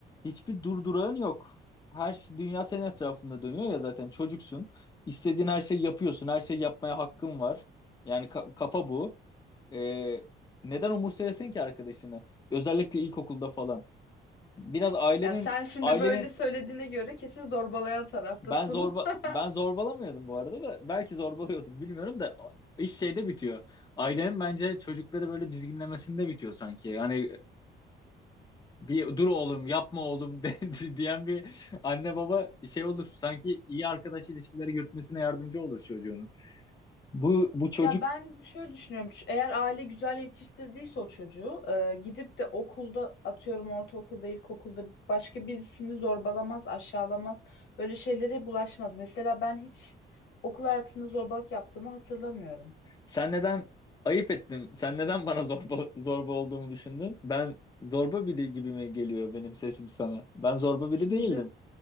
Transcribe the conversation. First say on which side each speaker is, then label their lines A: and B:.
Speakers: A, on the left; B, on the left.
A: hiçbir durdurağın yok. Her şey- dünya senin etrafında dönüyor ya zaten çocuksun. İstediğin her şeyi yapıyorsun. Her şeyi yapmaya hakkın var. Yani ka- kafa bu. Ee, neden umursayasın ki arkadaşını? Özellikle ilkokulda falan. Biraz ailenin
B: Ya sen şimdi
A: ailenin
B: böyle söylediğine göre kesin zorbalayan taraftasın.
A: ben zorba
B: <laughs>
A: ben zorbalamıyordum bu arada da belki zorbalıyordum bilmiyorum da iş şeyde bitiyor. Ailenin bence çocukları böyle dizginlemesinde bitiyor sanki. Yani bir dur oğlum yapma oğlum <laughs> de, di- diyen bir anne baba şey olur. Sanki iyi arkadaş ilişkileri yürütmesine yardımcı olur çocuğunun. Bu bu çocuk
B: Ya ben şöyle düşünüyorum. Ç- Eğer aile güzel yetiştirdiyse o çocuğu e, gidip de okulda atıyorum ortaokulda, ilkokulda başka birisini zorbalamaz, aşağılamaz. Böyle şeylere bulaşmaz. Mesela ben hiç okul hayatında zorbalık yaptığımı hatırlamıyorum.
A: sen neden ayıp ettim? Sen neden bana zorba zorba olduğumu düşündün? Ben zorba biri gibi mi geliyor benim sesim sana? Ben zorba biri
B: Şimdi
A: değildim.